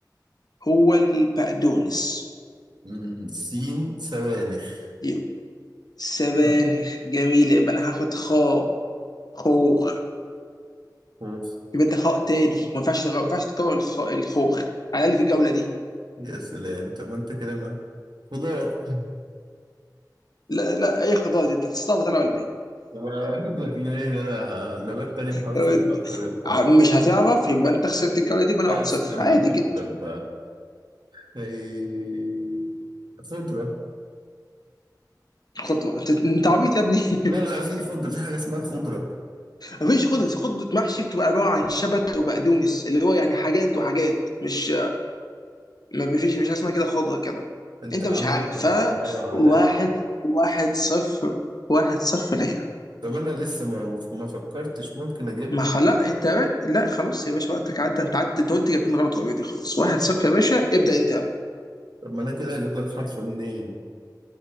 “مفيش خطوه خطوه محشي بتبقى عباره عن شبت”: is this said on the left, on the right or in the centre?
Left